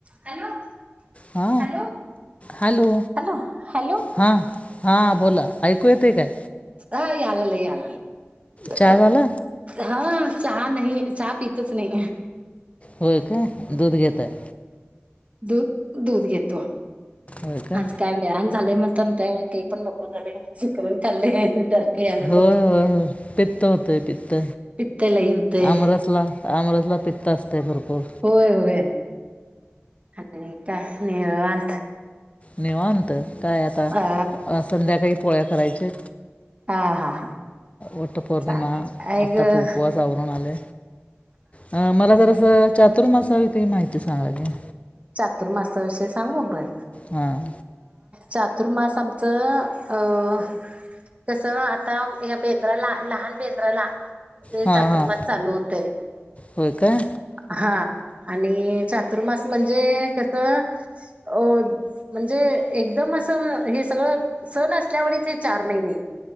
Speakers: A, on the right; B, on the left.
A: Hello.
B: आ.
A: Hello
B: hello.
A: Hello hello
B: हा हा बोला ऐकू येते काय?
A: हा यालाले यालाले
B: चहा झाला
A: हा. चहा नाही. चहा पितच नाही
B: होय काय दुध घेताय.
A: दू दूध घेतो.
B: होय का
A: आज काय वेळा न झाले म्हणता ते पण नको झाले. शिकरण खाल्ले. डर्क या लागल्यात.
B: होय होय होय पित्त होतं आहे पित्त
A: पित्त लय होतंय.
B: आमरसला आमरसला पित्त असते भरपूर.
A: होय होय काय म्हणता निवांत?
B: निवांत. काय आता
A: हा
B: संध्याकाळी पोळ्या करायचे.
A: हा हा हा.
B: वटपौर्णिमा
A: चालतय ऐक
B: आत्ता उपवास आवरण आले. अं मला जर असं चातुर्मासा विषयी माहिती सांगा की.
A: चातुर्मासा विषय सांगू बरं.
B: हम
A: चातुर्मास आमचं कस आता या बेंद्राला लहान बेंद्राला म्हणे
B: हां
A: चातुर्मास
B: हां
A: चालू होतय
B: होय का
A: हा आणि चातुर्मास म्हणजे कस अ म्हणजे एकदम असं हे सगळं सण असल्या वचे चार महिने